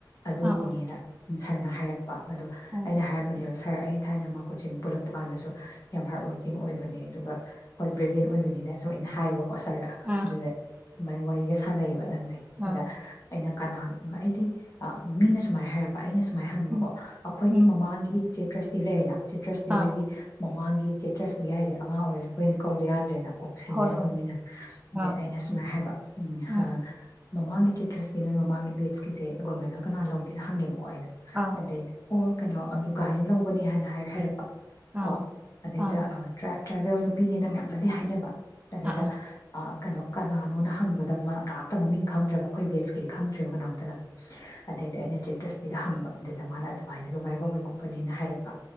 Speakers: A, on the left (about 45°); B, on the right (about 20°).
A: ꯑꯗꯨꯒꯤꯅꯦꯅ
B: ꯑꯥ ꯑꯥ
A: ꯁꯔꯅ ꯍꯥꯏꯔꯛꯄ <unintelligible> ꯑꯗꯣ
B: ꯑꯣ
A: ꯑꯩꯅ ꯍꯥꯏꯔꯝꯕꯅꯦꯕ ꯁꯥꯔ ꯑꯩ ꯊꯥꯏꯅ ꯃꯥ ꯀꯣꯆꯤꯡ ꯄꯨꯜꯂꯛꯄ ꯀꯥꯟꯗꯁꯨ ꯌꯥꯝ ꯍꯥꯔꯗ ꯋꯥꯔꯀꯤꯡ ꯑꯣꯏꯕ ꯑꯗꯨꯒ ꯍꯣꯏ ꯕ꯭ꯂꯤꯌꯦꯟ ꯑꯣꯏꯕꯅꯤꯅ ꯁꯨꯝ ꯑꯩꯅ ꯍꯥꯏ ꯀꯣꯁꯔꯗ
B: ꯑꯥ
A: ꯑꯗꯨꯗ ꯑꯗꯨꯃꯥꯏꯅ ꯋꯥꯔꯤꯒ ꯁꯥꯏꯕ ꯅꯪ ꯑꯗ
B: ꯑꯥ
A: ꯑꯩꯅ ꯀꯅꯥꯅ ꯑꯩꯗꯤ ꯃꯤꯅ ꯁꯨꯃꯥꯏꯅ ꯍꯥꯏꯔꯛꯄ ꯑꯩꯅ ꯁꯨꯝ ꯁꯨꯃꯥꯏ ꯍꯪꯕꯀꯣ
B: ꯎꯝ
A: ꯑꯩꯈꯣꯏꯒꯤ
B: ꯎꯝ
A: ꯃꯃꯥꯡꯒꯤ ꯆꯦꯇ꯭ꯔ ꯑꯁꯤꯤ ꯂꯩꯔ ꯁꯤꯇ꯭ꯔꯁꯇꯤ ꯑꯩꯈꯣꯏꯒꯤ
B: ꯑꯥ
A: ꯃꯃꯥꯡꯒꯤ ꯆꯇ꯭ꯔ ꯁꯤ ꯌꯥꯏꯁꯦ ꯑꯉꯥꯡ ꯑꯣꯏꯔꯁꯨ ꯑꯩꯈꯣꯏꯅ ꯀꯧꯗ ꯌꯥꯗ꯭ꯔꯦꯅ ꯀ ꯁꯦꯅꯤꯌꯔ
B: ꯍꯣꯏ ꯍꯣꯏ
A: ꯑꯣꯏꯅꯤꯅ
B: ꯑꯥ
A: ꯗꯦꯟ ꯑꯩꯅ ꯁꯨꯃꯥꯏꯅ ꯍꯥꯏꯕ ꯎ
B: ꯎꯝ
A: ꯃꯃꯥꯡꯒꯤ ꯆꯤꯇ꯭ꯔꯁꯤꯗꯤ ꯅꯣꯏ ꯃꯃꯥꯡꯒꯤ ꯕꯦꯠꯁꯀꯤꯁꯦ ꯒꯣꯜ ꯃꯦꯗꯜ ꯀꯅꯥꯅ ꯂꯧꯒꯦꯅ ꯍꯪꯉꯦꯕ ꯀꯣ ꯑꯩꯅ
B: ꯑꯥ
A: ꯑꯗꯩ ꯑꯣ ꯀꯩꯅꯣ ꯗꯨꯒꯥꯏꯅ ꯂꯧꯕꯅꯦ ꯍꯥꯏꯅ ꯍꯥꯏ ꯍꯥꯏꯔꯛꯄ
B: ꯑꯥ
A: ꯀꯣ ꯑꯗꯨꯗꯩꯗ
B: ꯑꯥ
A: ꯇ꯭ꯔꯥꯏꯕꯦꯜ ꯅꯨꯄꯤꯅꯦꯅ ꯃꯌꯥꯝꯅꯗꯤ ꯍꯥꯏꯅꯕ ꯀꯩꯅꯗ
B: ꯑꯥ ꯑꯥ
A: ꯑ ꯀꯩꯅꯣ ꯀꯅꯥꯅꯣꯅ ꯍꯪꯕꯗ ꯀꯅꯥꯝꯇ ꯃꯃꯤꯡ ꯈꯪꯗ꯭ꯔꯕ ꯑꯩꯈꯣꯏ ꯕꯦꯠꯁꯀꯤꯗꯤ ꯈꯪꯗ꯭ꯦꯕ ꯀꯅꯥꯝꯇꯅ ꯑꯗꯗ ꯑꯩꯅ ꯆ ꯇ꯭ꯔꯁꯇꯤꯗ ꯍꯪꯕ ꯑꯗꯨꯗ ꯃꯥꯅ ꯑꯗꯨꯃꯥꯏꯅ ꯂꯨꯒꯥꯏ ꯀꯧꯕꯅꯤ ꯈꯣꯠꯄꯅꯦꯅ ꯍꯥꯏꯔꯛꯄ